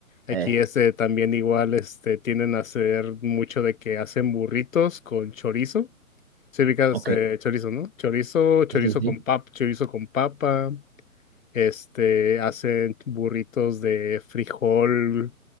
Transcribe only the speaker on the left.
Aquí
este también igual, este, tienden a hacer mucho de que hacen burritos con chorizo. Se ubicas
eh, chorizo, ¿no? Chorizo, chorizo
con pap, chorizo con papa. Este, hacen burritos de frijol